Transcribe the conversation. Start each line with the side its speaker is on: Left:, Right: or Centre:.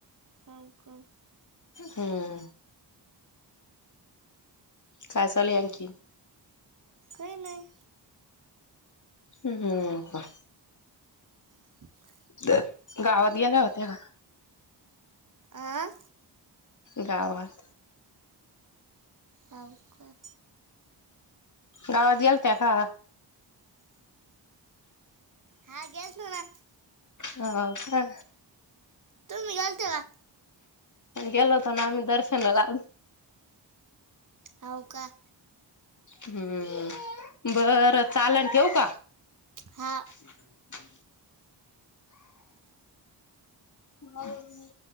Right: हावुका?
Left: हं, काय चालुय आणखी?
Right: खयी नय
Left: <inaudible>
Right: <inaudible>
Left: गा आवाज गेला होथा
Right: हां
Left: गावात
Right: हाव का
Left: गावात गेलत्या का?
Right: हा गेल तो ना.
Left: हाव का?
Right: तूमी गेलत्या का?
Left: गेलो होतो नां आम्हीं दर्शनांला.
Right: हांव कां?
Left: हम्मं बरं चाललं, ठेवूं कां?
Right: हां
Left: <inaudible> <unintelligible> कांऊण